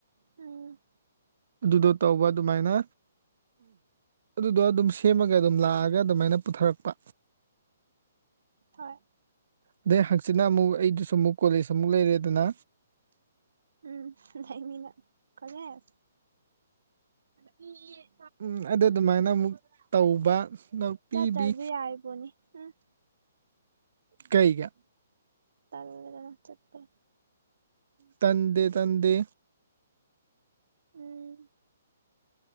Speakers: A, on the right (about 80°); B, on the right (about 55°).
A: ꯎꯝ
B: ꯑꯗꯨꯗꯣ ꯇꯧꯕ ꯑꯗꯨꯃꯥꯏꯅ ꯑꯗꯨꯗꯣ ꯑꯗꯨꯝ ꯁꯦꯝꯃꯒ ꯑꯗꯨꯝ ꯂꯥꯛꯑꯒ ꯑꯗꯨꯃꯥꯏꯅ ꯄꯨꯊꯔꯛꯄ
A: ꯍꯣꯏ
B: ꯑꯗꯩ ꯍꯪꯆꯤꯠꯅ ꯑꯃꯨꯛ ꯑꯩꯗꯨꯁꯨ ꯑꯃꯨꯛ ꯀꯣꯂꯦꯖ ꯑꯃꯨꯛ ꯂꯩꯔꯦꯗꯅ
A: ꯎꯝ ꯂꯩꯅꯤ ꯅꯪ ꯀꯣꯂꯦꯁ ꯑ <unintelligible>
B: ꯎꯝ ꯑꯗꯨ ꯑꯗꯨꯃꯥꯏꯅ ꯑꯃꯨꯛ ꯇꯧꯕꯄꯤꯕꯤ
A: ꯆꯠꯇ꯭ꯔꯁꯨ ꯌꯥꯔꯤꯕꯣꯅꯤ ꯎꯝ
B: ꯀꯩꯒ
A: ꯇꯜꯂꯦꯗꯅ ꯆꯠꯄ
B: ꯇꯟꯗꯦ ꯇꯟꯗꯦ
A: ꯎꯝ